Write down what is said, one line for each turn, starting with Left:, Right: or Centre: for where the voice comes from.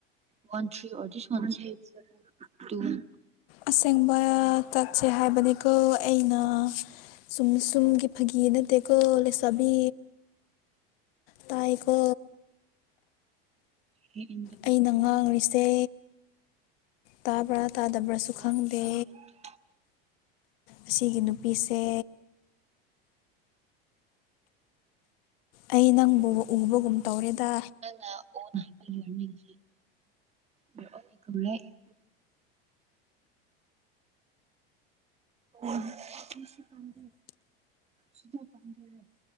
Right: one three or this one G two one
Left: ꯑꯁꯦꯡꯕ
Right: ꯇꯨ
Left: ꯆꯠꯁꯦ ꯍꯥꯏꯕꯅꯤꯀꯣ ꯑꯩꯅ ꯁꯨꯝ ꯁꯨꯝꯒꯤ ꯐꯥꯒꯤ ꯅꯠꯇꯦꯀꯣ ꯂꯩꯁꯕꯤ ꯇꯥꯏ ꯀꯣ
Right: ꯑꯦꯏꯟꯗ <unintelligible>
Left: ꯑꯩꯅ ꯉꯥꯡꯔꯤꯁꯦ ꯇꯥꯕ꯭ꯔꯥ ꯇꯥꯗꯕ꯭ꯔꯁꯨ ꯈꯪꯗꯦ
Right: ꯋꯥꯟ ꯑꯩꯠ ꯁꯚꯦꯟ ꯇꯨ
Left: ꯑꯁꯤꯒꯤ ꯅꯨꯄꯤꯁꯦ ꯑꯩ ꯅꯪꯕꯨ ꯎꯕꯒꯨꯝ ꯇꯧꯔꯦꯗꯥ
Right: ꯅꯪꯅ ꯑꯣꯅ ꯍꯥꯏꯄꯩ ꯑꯣꯏꯔꯝꯅꯤ ꯉꯁꯤ ꯋꯤ ꯑꯣꯜ ꯏꯀꯨꯕꯔꯦ <unintelligible> ꯑꯩ ꯁꯤ ꯄꯥꯝꯗꯦ ꯁꯤꯗ ꯄꯥꯝꯗꯦ ꯔꯦꯠ